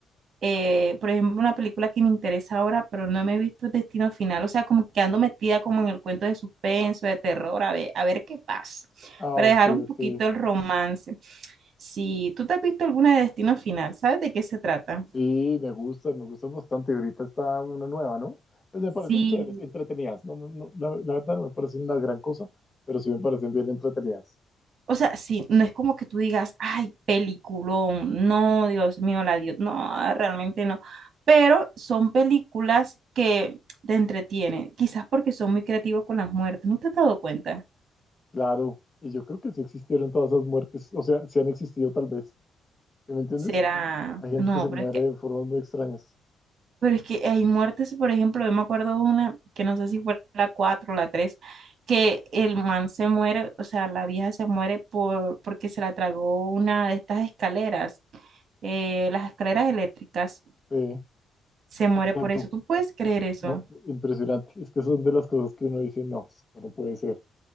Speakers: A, on the right; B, on the left.
A: eh, por ejemplo, una película que me interesa ahora, pero no me he visto el Destino Final. O sea, como que ando metida como en el cuento de suspenso, de terror, a ver, a ver qué pasa.
B: Ah,
A: Para
B: ok,
A: dejar un poquito
B: ok.
A: el romance. Si tú te has visto alguna de Destino Final, ¿sabes de qué se trata?
B: Sí, me gustan, me gustan bastante. Ahorita está una nueva, ¿no? Pues me parecen
A: Sí,
B: chéveres, entretenidas. No, me- no- la, la verdad no me parecen una gran cosa, pero sí me parecen bien entretenidas.
A: O sea, sí, no es como que tú digas, ay, peliculón, no, Dios mío, la Dios, no, realmente no. Pero son películas que te entretienen, quizás porque son muy creativos con las muertes, ¿no te has dado cuenta?
B: Claro, y yo creo que sí existieron todas esas muertes, o sea, sí han existido tal vez. ¿Sí ¿Me entiendes?
A: Será,
B: Hay gente
A: no,
B: que se
A: pero
B: muere
A: es que,
B: de formas muy extrañas.
A: pero es que hay muertes, por ejemplo, yo me acuerdo una, que no sé si fue la 4 o la 3, que el man se muere, o sea, la vieja se muere por, porque se la tragó una de estas escaleras, eh, las escaleras eléctricas.
B: Sí,
A: se muere
B: exacto.
A: por eso. ¿Tú puedes creer eso?
B: No, impresionante. Es que son de las cosas que uno dice, no, esto no puede ser.